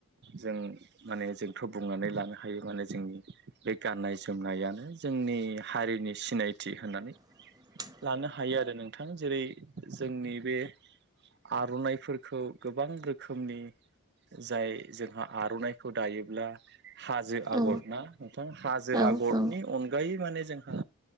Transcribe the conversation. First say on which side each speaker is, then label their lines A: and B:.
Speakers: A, on the right; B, on the right.
A: जों माने जोंथ' बुंनानै लानो हायो माने जोंनि बे गाननाय गान्नाय जोमनायानो जोंनि हारिनि सिनायथि होननानै।
B: <inaudible>
A: लानो हायो आरो नोंथां। जेरै जोंनि बे आर'नाइफोरखौ गोबां रोखोमनि जाय जोंहा आर'नाइखौ दायोब्ला हाजो आगर
B: औ
A: ना नोंथां हाजो
B: औ
A: आगरनि
B: औ
A: अनगायै माने जोंहा